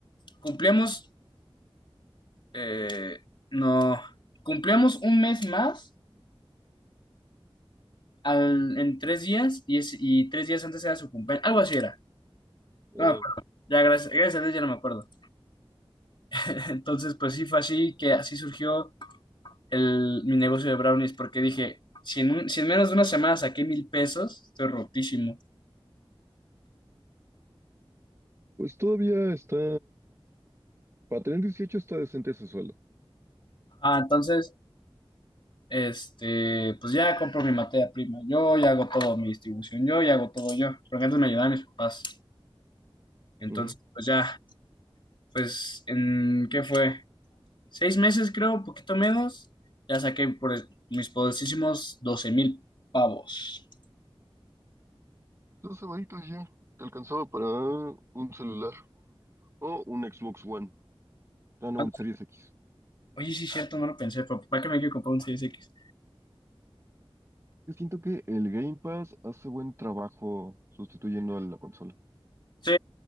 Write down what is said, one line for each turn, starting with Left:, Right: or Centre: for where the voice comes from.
Left: Cumplíamos, eh, no, cumplíamos un mes más. al- en tres días y, es- y tres días antes era su cumpleaños, algo así era,
Right: Eh,
Left: no me acuerdo. Ya, gracias, gracias a Dios ya no me acuerdo. <laughs> Entonces, pues sí fue así que así surgió el, mi negocio de brownies, porque dije, si en, un- si en menos de una semana saqué mil pesos, estoy rotísimo.
Right: Pues todavía está. Para tener 18 está decente ese suelo.
Left: Ah, entonces, este, pues ya compro mi materia prima, yo ya hago todo, mi distribución, yo ya hago todo yo, porque antes me ayudaban mis papás. Entonces,
Right: Ujú.
Left: pues ya, pues, ¿en qué fue? seis meses, creo, poquito menos, ya saqué por el- mis poderosísimos doce mil pavos.
Right: Dos semanitas ya. Te alcanzaba para un celular o un Xbox One. Ah, no,
Left: Ah,
Right: un Series X.
Left: Oye, sí, es cierto, no lo pensé, pero ¿para qué me quiero comprar un 6X?
Right: Yo siento que el Game Pass hace buen trabajo sustituyendo a la consola.
Left: Sí,